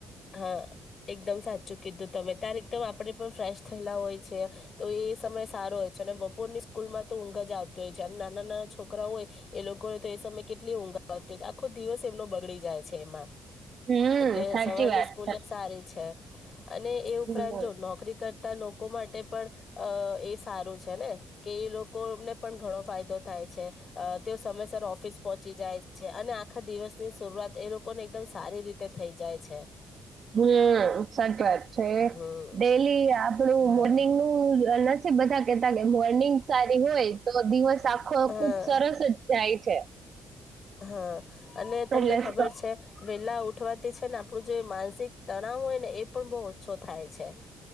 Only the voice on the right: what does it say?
હમ
સાચી
વાત
છે
હમ
હમ સાચી વાત છે
ડેલી આપણું
મોર્નિંગ નું બધા કે મોર્નિંગ સારી હોય તો દિવસ આખો
ખુબ સરસ જ જાય છે
એટલે
સ-